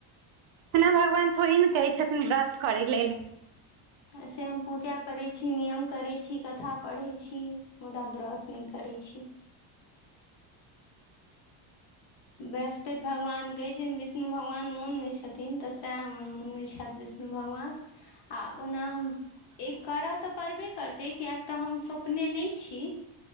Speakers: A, on the right (about 65°); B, on the left (about 50°).
A: ओना भगवान थोड़े ने कहै छथिन व्रत करय लेल
B: एहिसँ हम पूजा करैत छी नियम करैत छी कथा पढ़ैत छी मुदा व्रत नहि करैत छी <inaudible> बृहस्पति भगवान कहै छैन विष्णु भगवान मोनमे छथिन तऽ सएह हमर मोनमे छै छैथ विष्णु भगवान आ ओना हम ए करय तऽ पड़बे करतै कियक तऽ हम सपने नहि छी